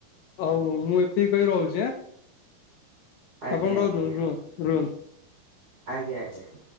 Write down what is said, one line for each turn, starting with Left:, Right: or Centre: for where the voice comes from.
Left: ଆଉ ମୁଁ ଏତିକି କହି ରହୁଛି ଆଁ।
Right: ଆଜ୍ଞା
Left: ଆପଣ ରହୁ
Right: ଆଜ୍ଞା
Left: ରୁହନ୍ତୁ।
Right: ଆଜ୍ଞା ଆଜ୍ଞା।